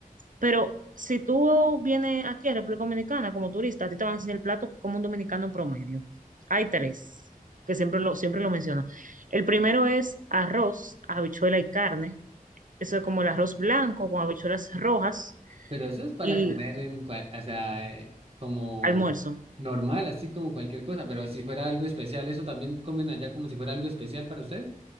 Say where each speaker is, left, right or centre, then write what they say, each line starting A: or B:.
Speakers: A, on the right; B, on the right.
A: Pero si tú vienes aquí a República Dominicana como turista, a ti te van a enseñar el plato que como un dominicano promedio. Hay tres, que siempre lo, siempre lo menciono. El primero es arroz, habichuela y carne. Eso es como el arroz blanco con habichuelas rojas
B: Pero eso es para
A: y
B: comer en cual, o sea, eh, como
A: almuerzo.
B: normal, así como cualquier cosa. Pero si fuera algo especial, ¿eso también comen allá como si fuera algo especial para ustedes?